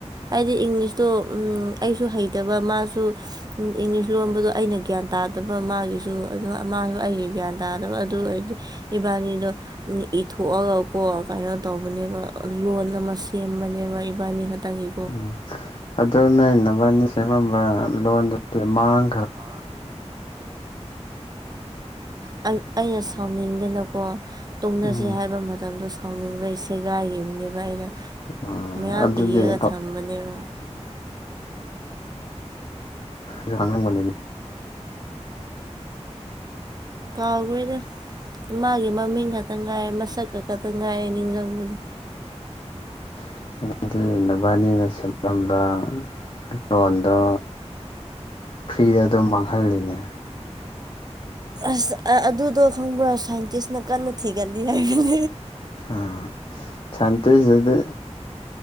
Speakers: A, on the right; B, on the left.
A: ꯍꯥꯏꯗꯤ ꯏꯪꯂꯤꯁꯇꯣ ꯑꯩꯁꯨ ꯍꯩꯇꯕ ꯃꯥꯁꯨ ꯏꯪꯂꯤꯁ ꯂꯣꯟꯕꯗꯣ ꯑꯩꯅ ꯒ꯭ꯌꯥꯟ ꯇꯥꯗꯕ ꯃꯥꯒꯤꯁꯨ ꯃꯥꯁꯨ ꯑꯩꯒꯤ ꯒ꯭ꯌꯥꯟ ꯇꯥꯗꯅꯕ ꯑꯗꯨ ꯑꯣꯏꯔꯗꯤ ꯏꯕꯥꯅꯤꯗꯣ ꯏꯊꯣꯛꯑꯒꯀꯣ ꯀꯩꯅꯣ ꯇꯧꯕꯅꯦꯕ ꯂꯣꯟ ꯑꯃ ꯁꯦꯝꯕꯅꯦꯕ ꯏꯕꯥꯅꯤ ꯈꯥꯛꯇꯪꯒꯤ
B: ꯎꯝ ꯑꯗꯨ ꯅꯕꯥꯅꯤ ꯁꯦꯝꯃꯝꯕ ꯂꯣꯟꯗꯨꯗꯤ ꯃꯥꯡ
A: ꯃꯥ ꯀ ꯑꯩꯅ ꯁꯥꯎꯅꯤꯡꯗꯅꯀꯣ ꯇꯨꯡꯅꯁꯦ
B: ꯎꯝ
A: ꯍꯥꯏꯕ ꯃꯇꯝꯗꯣ ꯍꯥꯎꯅꯤꯡꯕ ꯁꯦꯒꯥꯏꯈꯤꯕꯅꯦꯕ ꯑꯩꯅ
B: ꯎꯝ
A: ꯃꯌꯥꯝ
B: ꯑꯗꯨꯗꯤ
A: ꯏꯔꯒ ꯊꯝꯕꯅꯦꯕ
B: ꯆꯥꯡꯅ
A: ꯀꯥꯎꯒꯦꯗ ꯃꯥꯒꯤ ꯃꯃꯤꯡ ꯈꯛꯇ ꯉꯥꯏꯔꯦ ꯃꯁꯛ ꯈ ꯈꯛꯇꯪ ꯉꯥꯏꯔꯦ ꯅꯤꯡꯁꯤꯡꯕꯗꯣ
B: ꯎꯝ ꯑꯗꯨꯗꯒꯤ ꯅꯕꯥꯅꯤꯅ ꯁꯦꯝꯂꯝꯕ ꯂꯣꯟꯗꯣ ꯐ꯭ꯔꯤꯗ ꯑꯗꯨꯝ ꯃꯥꯡꯍꯜꯂꯅꯦ
A: ꯑꯁ ꯑꯗꯨꯗꯣ ꯈꯪꯕ꯭ꯔꯥ ꯁꯥꯏꯟꯇꯤꯁꯅ ꯀꯟꯅ ꯊꯤꯒꯠꯂꯤ ꯍꯥꯏꯅꯤ
B: ꯑꯥ ꯊꯥꯟꯇꯁꯨꯗ